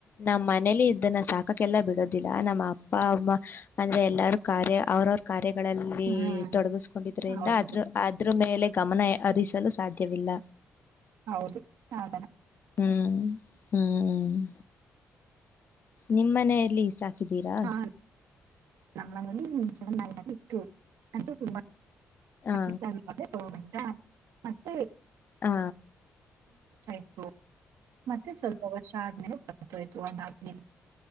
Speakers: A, on the left; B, on the right.
A: ನಮ್ಮ್ ಮನೇಲಿ ಇದನ್ನ ಸಾಕಕ್ಕೆಲ್ಲಾ ಬಿಡೋದಿಲ್ಲ ನಮ್ಮ ಅಪ್ಪ ಅಮ್ಮ ಅಂದ್ರೆ ಎಲ್ಲಾರ ಕಾರ್ಯ ಅವ್ರವ್ರ ಕಾರ್ಯಗಳಲ್ಲಿ
B: ಹ್ಮ್
A: ತೊಡಗಿಸ್ಕೊಂಡಿದ್ರಿಂದ
B: ಹೌದು
A: ಆದ್ರ ಅ ಮೇಲೆ ಗಮನ ಹರಿಸಲು ಸಾಧ್ಯವಿಲ್ಲ
B: ಹೌದು ಹಾಗಣ
A: ಹ್ಮ್ ಹ್ಮ್್ಮ ನಿಮ್ಮ್ ಮನೆಯಲ್ಲಿ ಸಾಕು ಹಕಿದ್ದೀರಾ
B: ಹಾ ನಮ್ಮ ನಿ ನ ಬಿು ಅಂತು ತುಂಬ
A: ಹ
B: ಚಿತ ತ ಹ ಮತ್ತೆ
A: ಹಾ
B: ಸ ಮತ್ತೆ ಸ್ವಲ್ಪ ವರ್ಷ ಆದ್ಮೇಲೆ ಸ್ ತು ಅದ ನಿ